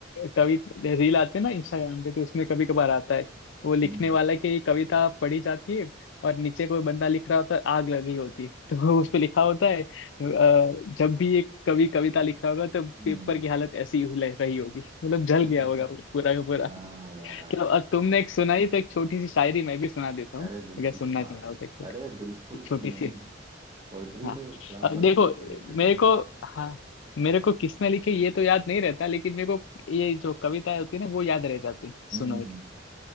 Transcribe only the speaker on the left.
कवि रील आते हैं ना इंस्टाग्राम पे तो उसमें कभी कभार आता है वो लिखने
वाला की कविता पढ़ी जाती है और नीचे कोई बंदा लिख रहा होता है आग लगी होती है। तो <laughs> उस पे लिखा होता है अ, जब भी एक कवि कविता लिख रहा होगा तो
पेपर की हालत ऐसी ही ल- रही होगी मतलब जल गया
होगा वो पूरा का पूरा
तो अब तुमने एक सुनाई तो एक छोटी सी शायरी मैं भी सुना देता हूँ
अगर सुनना
चाहो
तो एक छोटी
एक छोटी
सी
हाँ
अब
देखो
मेरे
को हाँ मेरे को किसने लिखी ये तो याद नहीं रहता लेकिन मेरे को ये जो कविताएं होती है ना वो याद रह जाती
सुनो
एक